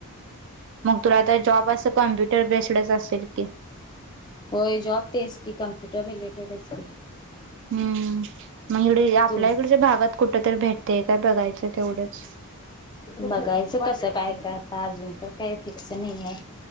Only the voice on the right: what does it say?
मग तुला आता जॉब अस कॉम्प्युटर बेस्डच असेल की?
हुं मग हिकडं आपल्या
इकडच्या भागात कुठ तरी भेटतय काय बघायचं तेवढंच?